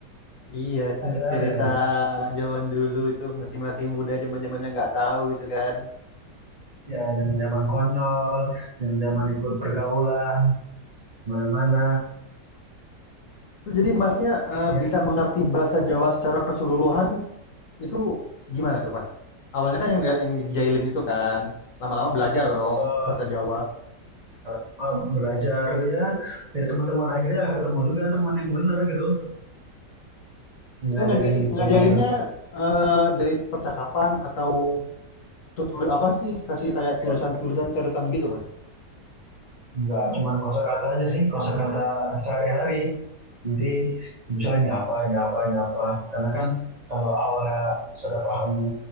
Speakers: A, on the left (about 55°); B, on the right (about 40°).
A: Iya itu
B: ada
A: cerita
B: ada aja.
A: zaman dulu itu masih masih muda zaman-zamannya nggak tahu gitu kan.
B: Ya zaman-zaman konyol, zaman-zaman ikut pergaulan, mana-mana.
A: Terus jadi Masnya, eee,
B: Ya,
A: bisa mengerti bahasa Jawa secara keseluruhan itu gimana tuh, Mas? Awalnya kan yang dia yang dijailin itu kan, lama-lama belajar dong
B: eh,
A: bahasa Jawa.
B: eh, belajar ya dari teman-teman akhirnya ketemu juga teman yang benar gitu yang
A: Itu
B: ngajarin
A: ngajarin
B: yang
A: ngajarinnya,
B: benar
A: eee, dari percakapan atau tutur apa sih, kasih kayak
B: ya
A: tulisan-tulisan catatan gitu, Mas?
B: nggak cuman kosakata aja sih kosakata sehari-hari nanti misalnya ini apa ini apa ini apa karena kan kalau awalnya sudah paham